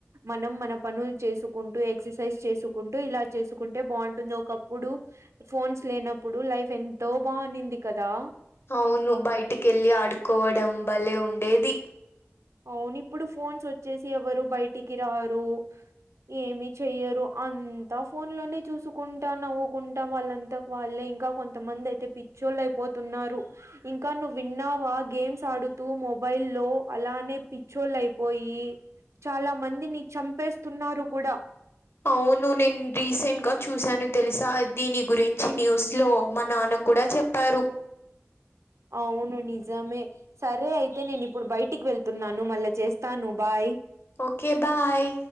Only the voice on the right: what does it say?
మనం మన పనులు చేసుకుంటూ ఎక్సర్సైజ్ చేసుకుంటూ ఇలా చేసుకుంటే బాగుంటుంది ఒకప్పుడు ఫోన్స్ లేనప్పుడు లైఫ్ ఎంతో బానింది కదా
అవును ఇప్పుడు ఫోన్స్ వచ్చేసి ఎవరు బయటికి రారు ఏమి చెయ్యరు అంతా ఫోన్ లోనే చూసుకుంటా నవ్వుకుంటా వాళ్ళంతా వాళ్లు ఇంకా కొంతమంది అయితే పిచ్చోళ్ళు అయిపోతున్నారు ఇంకా నువ్వు విన్నావా గేమ్స్ ఆడుతూ మొబైల్ లో అలా లోని పిచ్చోలైపోయి చాలా మందిని చంపేస్తున్నారు కూడా
అవును నిజమే సరే అయితే నేను ఇప్పుడు బయటికి వెళ్తున్నాను మల్ల చేస్తాను బాయ్